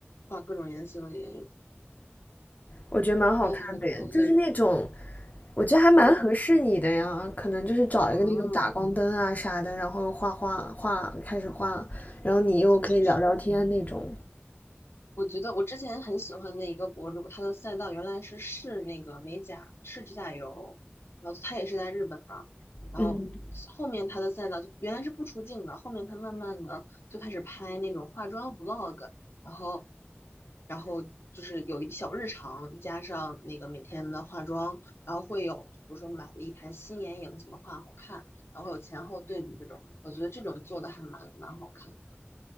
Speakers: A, on the left; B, on the left.
A: 画各种颜色的眼影，
B: 我觉得蛮好看的耶，
A: 现在就是太累了。
B: 就是那种，我觉得还蛮合适你的呀。
A: 嗯，
B: 可能就是找一个那种打光灯啊啥的，
A: 啊，
B: 然后画画画，开始画，然后你又可以聊聊天那种。
A: 确实。我觉得我之前很喜欢的一个博主，他的赛道原来是试那个美甲，试指甲油，然后他也是在日本嘛，然后后面他的赛道就原来是不出镜的，
B: 嗯，
A: 后面他慢慢的就开始拍那种化妆 vlog，然后然后就是有一小日常，加上那个每天的化妆，然后会有比如说买了一盘新眼影怎么画好看，然后有前后对比这种，我觉得这种做的还蛮蛮好看的，